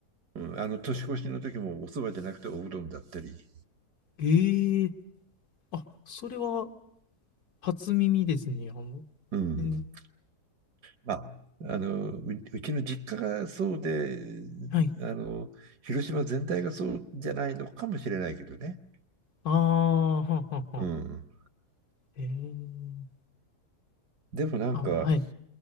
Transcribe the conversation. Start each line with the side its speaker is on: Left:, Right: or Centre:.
Right: うん、あの、年越しの時もお蕎麦じゃなくておうどんだったり。
Left: ええあ、それは初耳ですね。あの、
Right: うん。
Left: えー
Right: まあ、あの、う、うちの実家がそうで、
Left: はい。
Right: あの、広島全体がそうじゃないのかもしれないけどね。
Left: ああ、はんはんはん。
Right: うん。
Left: ええ
Right: でもなんか、
Left: あ、はい。